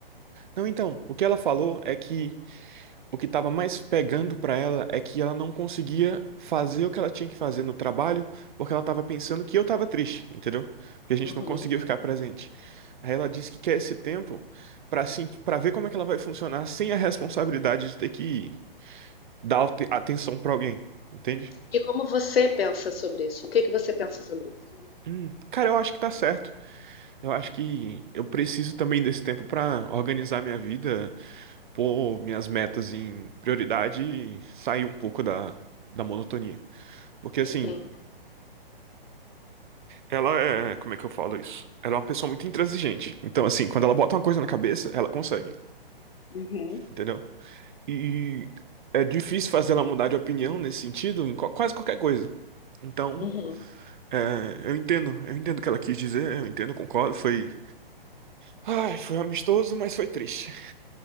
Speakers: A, on the right; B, on the left.
A: Não, então, o que ela falou é que O que estava mais pegando para ela é que ela não conseguia fazer o que ela tinha que fazer no trabalho, porque ela estava pensando que eu estava triste, entendeu? Porque a gente
B: Uhum.
A: não conseguiu ficar presente. Aí ela disse que quer esse tempo para assim, para ver como é que ela vai funcionar sem a responsabilidade de ter que dar ate- atenção para alguém, entende?
B: E como você pensa sobre isso? O que que você pensa sobre isso?
A: Hum, cara, eu acho que tá certo. Eu acho que eu preciso também desse tempo para organizar minha vida, pôr minhas metas em prioridade e sair um pouco da, da monotonia. Porque
B: Uhum.
A: assim, Ela é, é, como é que eu falo isso? Ela é uma pessoa muito intransigente. Então, assim, quando ela bota uma coisa na cabeça, ela consegue,
B: Uhum.
A: entendeu? E é difícil fazer ela mudar de opinião nesse sentido em qua- quase qualquer coisa. Então,
B: Uhum.
A: é, eu entendo, eu entendo o que ela quis dizer, eu entendo, concordo. Foi, ai, foi amistoso, mas foi triste.